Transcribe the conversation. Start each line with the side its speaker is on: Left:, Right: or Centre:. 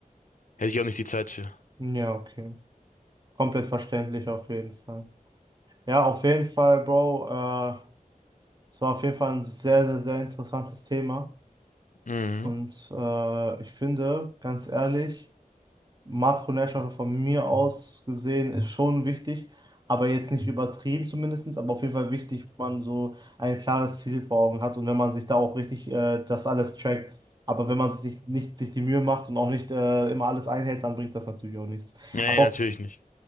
Left: Hätte ich auch nicht die Zeit für.
Right: ja, okay. Komplett verständlich auf jeden Fall. Ja, auf jeden Fall, Bro. Äh, es war auf jeden Fall ein sehr, sehr, sehr interessantes Thema.
Left: Mhm.
Right: Und äh, ich finde, ganz ehrlich, Makronährstoffe von mir aus gesehen ist schon wichtig, aber jetzt nicht übertrieben zumindest, aber auf jeden Fall wichtig, wenn man so ein klares Ziel vor Augen hat und wenn man sich da auch richtig äh, das alles trackt. Aber wenn man sich nicht sich die Mühe macht und auch nicht äh, immer alles einhält, dann bringt das natürlich auch nichts.
Left: Nee,
Right: Aber
Left: natürlich
Right: auf
Left: nicht.